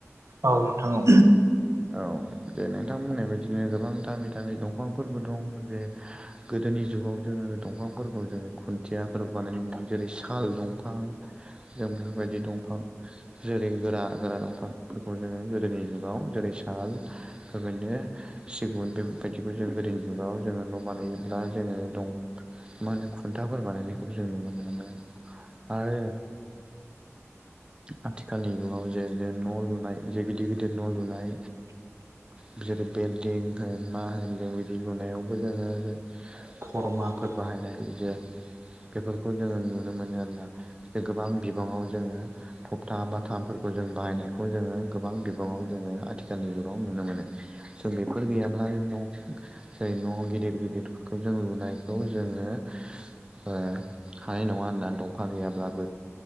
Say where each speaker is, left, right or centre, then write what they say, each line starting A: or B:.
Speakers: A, on the right; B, on the right.
A: औ नोंथां औ।
B: औ। जे नोंथांमोननाय बायदिनो गोबां दामि दामि दंफांफोरबो दं जे गोदोनि जुगाव जोङो दंफांफोरखौ जोङो ख खोथियाफोर बानायनाय म जेरै साल दंफां जों बेफोरबायदि दंफां जेरै गोरा गोरा दंफांफोरखौ जोङो गोदोनि जुगाव जेरै ल बेबायदिनो सिगुन बेफोरबायदिखौ जों गोदोनि जुगाव जोङो न' बानायोब्ला जोङो दं मा होनो खुन्थाफोर बानायनायखौबो जों नुनो मोनोमोन आरो आथिखालनि जुगाव जे जे न' लुनाय जे गिदिर गिदिर गिदिर न' लुनाय बिसोरै बिल्डिं होन मा होन जों बिदि लुनायावबो जोङो खरमाफोर
A: औ
B: बाहायनाय जे बेफोरखौ जोङो नुनो मोनो आरोना जे गोबां बिगाङाव जोङो फपथा बााथामफोरखौ जों बाहायनाय खौ जोङो गोबां बिबाङाव जोङो आथिखालनि जुगाव नुनो मोनो जों बेफोर गैयाब्ला न' जेरै न' गिदिर गिदिरफोरखौ जों लुनायखौ जोङो हानाय नङा होनोना दंफां गैयाब्लाबो